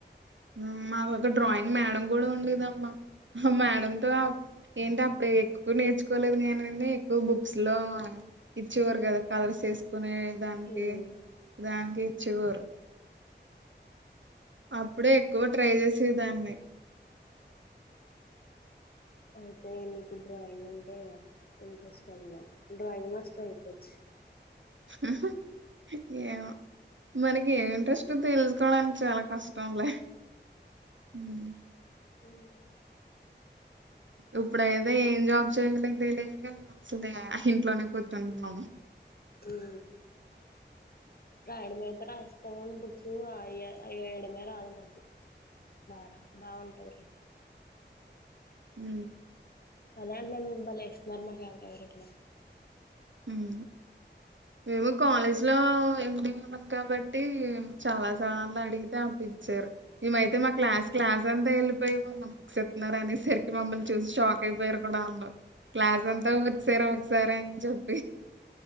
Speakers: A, on the right; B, on the left.
A: ఉమ్ మాకొ ఒక డ్రాయింగ్ మేడం కూడా ఉండేదమ్మా ఆ మేడంతో.
B: ఉమ్
A: ఏంటి అప్పుడు ఎక్కువ నేర్చుకోలేదు కానీఎక్కువ బుక్స్ లో ఇచ్చేవారు కదా కలర్స్ ఏస్. కొనే దానికి
B: ఉమ్
A: దానికి చివరు. అప్పుడే ఎక్కువ ట్రై చేసేదాన్ని.
B: అయితే నీకు డ్రాయింగ్ అంటే ఇంట్రెస్ట్ అనమాట డ్రాయింగ్ మాస్టర్ అయిపోవచ్చు.
A: ఆహ్ ఏం.
B: ఆహ్.
A: మనకి ఏం ఇంట్రెస్టో తెలుసుకోవడానికి చాలా కష్టంలే హ్మ్.
B: ఉమ్.
A: ఇప్పుడైతే ఏం జాబ్ చేయలేక తెలియక అసలే ఇంట్లోనే కూర్చుంటున్నాము.
B: ఉహూ. రాయడమయితే రాస్తాం బుక్స్ ఆహ్ వేయడమైతే రాదు నాకు. బారా బాగుంటది రెడైతే.
A: హ
B: అదే అంట్నాను మీకు బలేస్తున్నారు మాకెవరు ఇవ్వట్లేదాని
A: ఉమ్ ఇగో కాలేజ్లో ఉండే వాళ్లం కాబట్టి చాలా సార్లు అడిగితే అప్పుడిచారు మేంమైతే మా క్లాస్ క్లాస్ అంతాళపోయి మామ్మమ్ చెప్తున్నార అని సరికి మమ్మల్ని చూసి షాక్ అయిపోయారు కూడా ఆంధ్రు క్లాస్ అంతా వచ్చేస్రా ఒకసారి అని చెప్పి